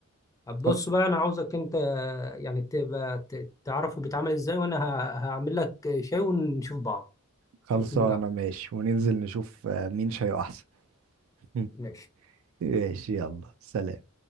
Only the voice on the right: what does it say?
طب
خلصانة
ماشي وننزل نشوف آه، مين شاي احسن <laughs>
ماشي يلا سلام